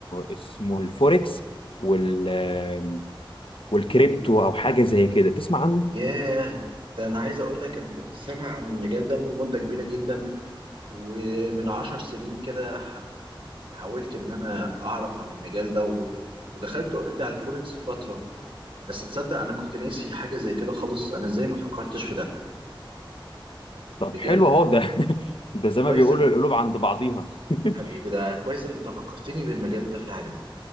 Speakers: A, on the left; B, on the right.
A: اسمه الفوركس وال آه، والكريبتو
B: و-
A: او حاجه زي كده تسمع عنه
B: ياه ده أنا عايز أقول لك أنا كنت سامع عن المجال ده من مدة كبيرة جدا ومن عشر سنين كده ح- حاولت إن أنا أعرف عن المجال ده و... ودخلت أوريدي على الفوركس فترة بس تصدق أنا كنت ناسي حاجة زي كده خالص أنا إزاي ما فكرتش في ده
A: طب
B: بجد
A: حلو اهو ده <laughs> ده زي
B: كويس
A: ما بيقولوا
B: إن-
A: القلوب عند بعضيها <laughs>
B: حبيبي ده كويس إن أنت فكرتني بالمجال ده فعلا